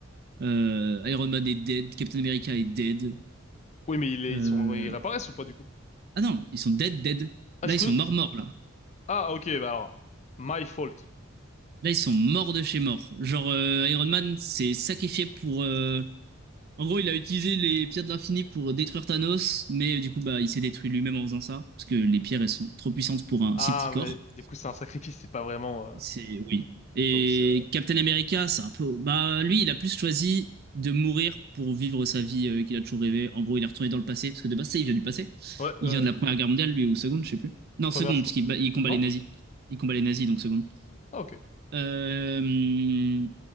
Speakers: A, on the right; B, on the left.
A: Euh, Iron Man est dead, Captain America est dead.
B: Oui, mais il est-
A: Euh,
B: ils sont, ils réapparaissent ou pas, du coup?
A: Ah non, ils sont dead, dead.
B: Ah,
A: Là,
B: c'est
A: ils
B: tout-
A: sont morts, morts, là.
B: ah, ok, bah alors, my fault.
A: Là, ils sont morts de chez morts. Genre, euh, Iron Man s'est sacrifié pour. euh, En gros, il a utilisé les pierres de l'infini pour détruire Thanos, mais euh, du coup, bah, il s'est détruit lui-même en faisant ça, parce que les pierres, elles sont trop puissantes pour un
B: Ah,
A: si petit corps.
B: mais du coup, c'est un sacrifice, c'est pas vraiment, euh,
A: C'est. Oui. Et
B: donc c'est, ouais,
A: Captain America, c'est un peu. Bah, lui, il a plus choisi de mourir pour vivre sa vie euh, qu'il a toujours rêvé. En gros, il est retourné dans le passé, parce que de base, ça, il vient du passé.
B: ouais,
A: Il
B: ouais.
A: vient de la Première Guerre mondiale, lui, ou seconde, je sais plus. Non,
B: Première,
A: seconde,
B: je crois.
A: parce qu'il bat- il combat
B: Non
A: les nazis. Il combat les nazis, donc seconde.
B: Ah, ok.
A: Euh,